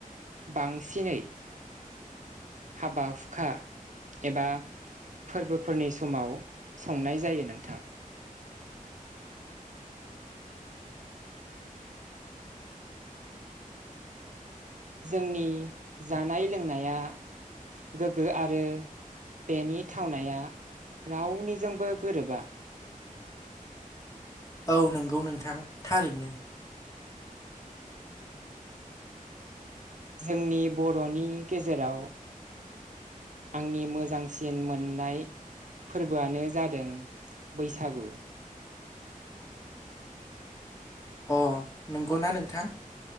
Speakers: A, on the right; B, on the left.
A: बांसिनै हाबा हुखा एबा फोरबोफोरनि समाव संनाय जायो नोंथां जोंनि जानाय- लोंनाया गोगो आरो बेनि थावनाया रावनिजोंबो गोरोबा
B: ओ नंगौ नोंथां थारैनो
A: जोंनि बर'नि गेजेराव आंनि मोजांसिन मोननाय फोरबोआनो जादों बैसागु
B: अ नंगौना नोंथां